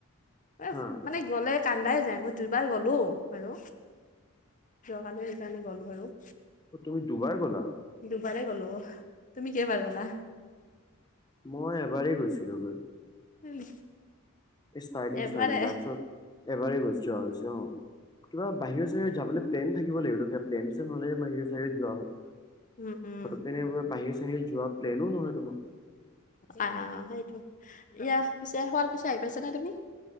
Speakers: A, on the left (about 40°); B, on the left (about 20°).
A: <unintelligible>
B: হা
A: মানে গ'লে কান্দাই যায় মই দুইবাৰ গ'লো বাৰু। যোৱাকালি সেইকাৰণে গ'লো আৰু।
B: অ, তুমি দুবাৰ গ'লা?
A: দুবাৰে গ'লো তুমি কেইবাৰ গ'লা?
B: মই এবাৰেই গৈছিলোঁ গৈ।
A: <unintelligible>
B: ষ্টাৰ্টিং
A: এবাৰে
B: -ষ্টাৰ্টিং তাৰ পিছত এবাৰেই গৈছোঁ যোৱা হৈছে অ, কিবা বাহিৰে চাহিৰে যাবলে প্লেন থাকিব লাগিবতো কিবা প্লেন চেন হলেহে বাহিৰে চাহিৰে যোৱা হয়।
A: উম-উম।
B: পটকেনে এইবোৰ বাহিৰ -চাহিৰে যোৱা প্লেনো নহয় তোমাৰ।
A: আ সেইটো ইয়া পিছে শুৱালকুছি আহি পাইছা নে তুমি?